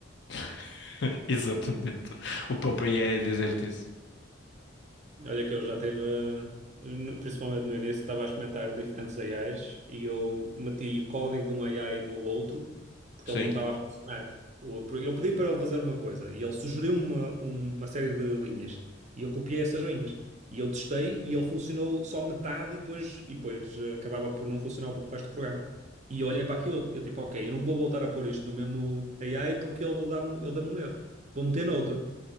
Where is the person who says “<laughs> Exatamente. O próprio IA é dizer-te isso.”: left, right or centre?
Left